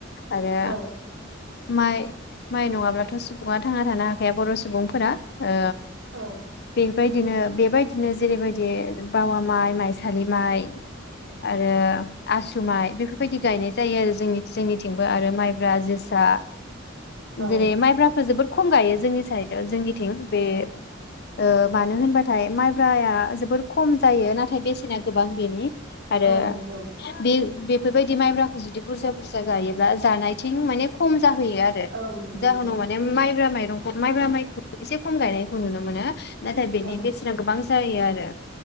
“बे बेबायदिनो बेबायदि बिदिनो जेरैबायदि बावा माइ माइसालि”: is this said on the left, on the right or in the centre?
Left